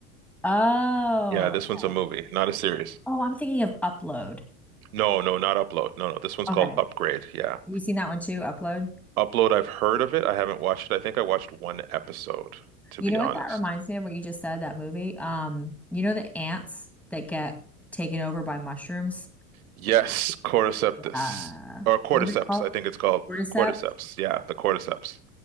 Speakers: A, in the centre; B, on the right (about 75°).
A: Oh.
B: Yeah, this one's a
A: Okay.
B: movie, not a series.
A: Oh, I'm thinking of Upload.
B: No, no, not Upload. No, no. This one's
A: Okay.
B: called
A: Have
B: Upgrade. Yeah.
A: you seen that one too? Upload?
B: Upload, I've heard of it. I haven't watched it. I think I watched one episode, to
A: You
B: be
A: know
B: honest.
A: what that reminds me of what you just said, that movie? Um, you know the ants that get taken over by mushrooms?
B: Yes, Cordyceps.
A: Uh,
B: Or Cordyceps,
A: what is it called?
B: I think it's called.
A: Cordyceps?
B: Cordyceps. Yeah, the Cordyceps.